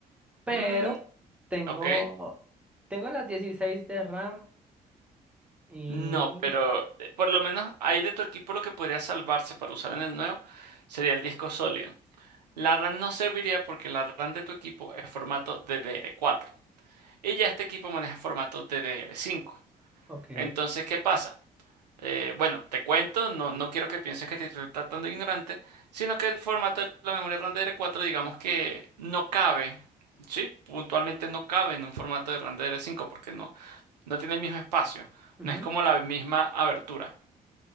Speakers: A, in the centre; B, on the right.
A: pero
B: Mm,
A: tengo,
B: ok.
A: tengo las 16 de RAM y,
B: No, pero eh, por lo menos ahí de tu equipo lo que podría salvarse para usar en el nuevo sería el disco sólido. La RAM no serviría porque la RAM de tu equipo es formato ddr cuatro. Y ya este equipo maneja formato ddr cinco.
A: ok,
B: Entonces, ¿qué pasa? Eh, bueno, te cuento, no, no quiero que pienses que te estoy tratando de ignorante, sino que el formato de la memoria RAM ddr cuatro digamos que no cabe, ¿sí? Puntualmente no cabe en un formato de RAM ddr cinco porque no No tiene el mismo espacio.
A: ujú,
B: No es como la misma abertura.